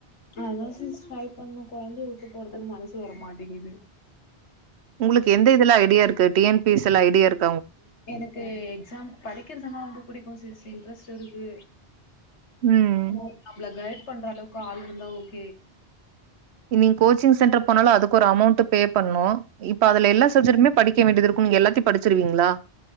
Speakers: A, on the left; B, on the right.
A: அதா சிஸ் ட்ரை பண்ணே கொழந்தைய விட்டு போறதுக்கு மனசு வர மாட்டிங்கிது
B: உங்களுக்கு எந்த இதுல ஐடியா இருக்கு டி என் பி எஸ் ல ஐடியாருக்
A: எனக்கு எக்ஸாம் படிக்கிறதுனா ரொம்ப புடிக்கு சிஸ் இன்ட்ரஸ்ட் இருக்கு
B: ம்
A: உங் நம்மள கைய்ட் பண்ற அளவுக்கு பால் இருந்தா ஓக்
B: நீங் கோச்சிங் சென்டர் போனாலு அதுக் கொரு அமௌண்டு பே பண்ணோ இப்ப அதுல எல்லா சப்ஜட்மே படி கேவேண்டியது இருக்கு நீங்க எல்லாத்தியு படிச்சுருவீங்களா